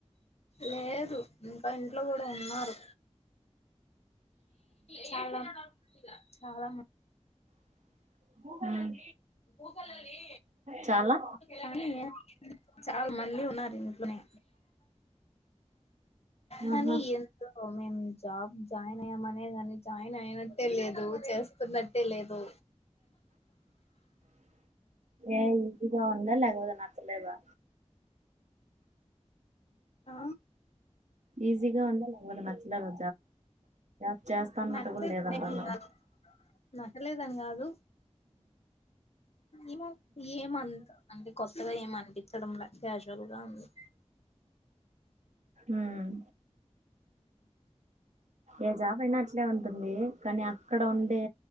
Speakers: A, on the left; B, on the right.
A: లేదు ఇంకా ఇంట్లో కూడా ఉన్నారు చాలా చాలా మం
B: మ్మ్
A: గూగలలీ
B: చాలా
A: కానీ చాలా మంది ఉన్నారు ఇంట్లోనే కానీ
B: ఆహా
A: ఎంతో మేమ్ జాబ్ జాయిన్ అయ్యామనే కాని జాయిన్ అయినట్టే లేదు చేస్తున్నట్టే లేదు
B: ఏ ఈజీగా ఉందా, లేకపోతే నచ్చలేదా
A: ఆ
B: ఈజీగా ఉందా లేకపోతే నచ్చలదా జాబ్ చేస్తాన్నట్టు
A: నచ్చట్
B: కూడా లేదంటన్నారు
A: ఎం కాదు నచ్చలేదని కాదు ఏమో ఏమంత అంటే కొత్తగా ఏమ్ అనిపించడంలే క్యాజ్వలగా ఉంది
B: మ్మ్ ఏ జాబ్ అయినా అట్లే ఉంటుంది కానీ అక్కడ ఉండే